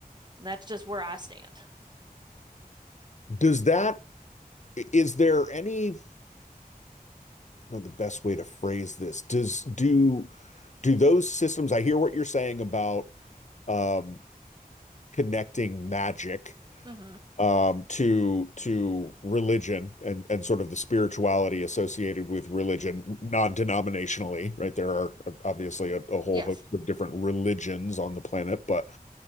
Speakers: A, on the right; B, on the left.
A: And that's just where I stand.
B: does that is there any no the best way to phrase this does do do those systems I hear what you're saying about um, connecting magic
A: hmm
B: um, to to religion and and sort of the spirituality associated with religion non-denominationally right there are obviously a, a whole
A: Yes.
B: host of different religions on the planet but